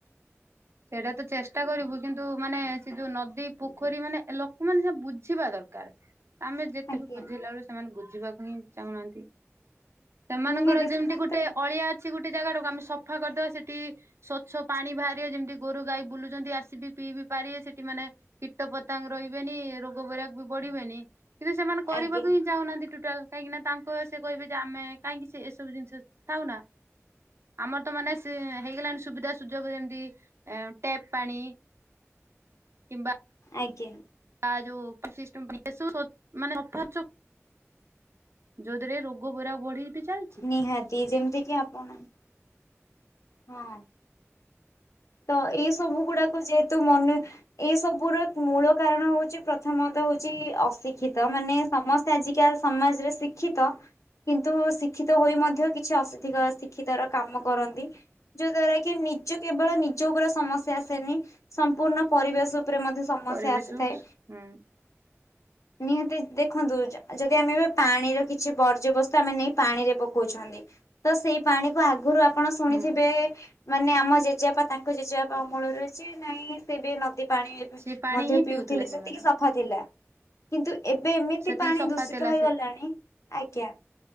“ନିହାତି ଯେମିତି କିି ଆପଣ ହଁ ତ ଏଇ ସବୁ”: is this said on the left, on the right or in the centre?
Left